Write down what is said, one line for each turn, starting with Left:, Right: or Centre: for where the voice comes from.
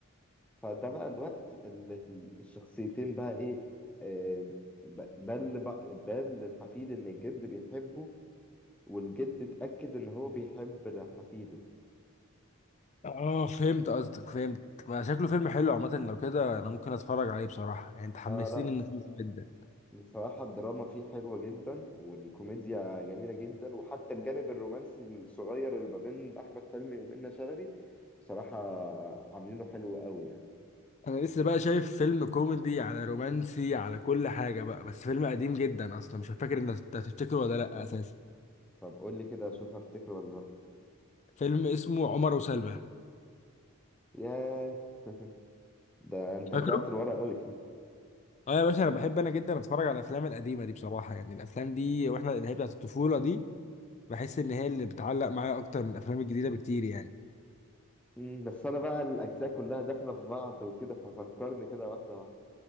Centre: فده بقى الوقت اللي ال- الشخصيتين بقى ايه آه، ب- بل بقى بل للحفيد ان الجد بيحبه والجد اتأكد ان هو بيحب حفيده
Left: اه فهمت قصدك فهمت ما شكله فيلم حلو عامة لو كده انا ممكن اتفرج عليه بصراحة يعني انت حمستني
Centre: اه لا
Left: انك جدا
Centre: بصراحة الدراما فيه حلوة جدا والكوميديا جميلة جدا وحتى الجانب الرومانسي الصغير اللي ما بين أحمد حلمي ومنة شلبي بصراحة عاملينه حلو قوي يعني
Left: انا لسه بقى شايف فيلم كوميدي على رومانسي على كل حاجة بقى بس فيلم قديم جدا اصلا مش فاكر ان انت هتفتكره ولا لا اساسا
Centre: طب قول لي كده أشوف أفتكره ولا لأ
Left: فيلم اسمه عمر وسلمى
Centre: ياه <laughs> ده أنت
Left: فاكره؟
Centre: رجعت لورا قوي <laughs>
Left: اه يا باشا انا بحب انا جدا اتفرج على الافلام القديمة دي بصراحة يعني الافلام دي واحنا اللي هي بتاعت الطفولة دي بحس ان هي اللي بتعلق معايا اكتر من الافلام الجديدة بكتير يعني
Centre: مم، بس أنا بقى الأجزاء كلها داخلة في بعض وكده ففكرني كده واحدة واحدة